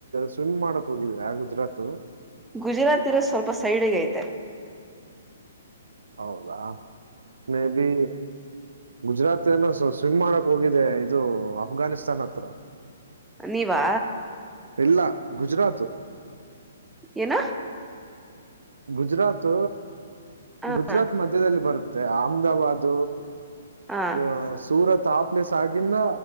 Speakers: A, on the right (about 65°); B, in the centre.
A: ಸ್ವಿಮಿಂಗ್ ಮಾಡಕ್ ಹೋಗಿದ್ರ ಗುಜರಾತ್
B: ಗುಜರಾತ್ ಇರೋ ಸ್ವಲ್ಪ ಸೈಡ್ಗೈತೆ
A: ಹೌದಾ ಮೇ ಬಿ ಗುಜರಾತ್ ಏನ ಸ್ವಿಮ್ ಮಾಡಕ್ ಹೋಗಿದೆ ಇದು ಅಫ್ಘಾನಿಸ್ತಾನ್ ಹತ್ರ
B: ನೀವಾ
A: ಎಲ್ಲಾ ಗುಜರಾತ್
B: ಏನ
A: ಗುಜರಾತ್
B: ಹ
A: ಗುಜರಾತ್ ಮಧ್ಯದಲ್ಲಿ ಬರುತ್ತೆ ಮತ್ತ ಅಹಮದಾಬಾದ
B: ಹ
A: ಅ ಸೂರತ್ ಆ ಪ್ಲೇಸ್ ಆಗಿಂದ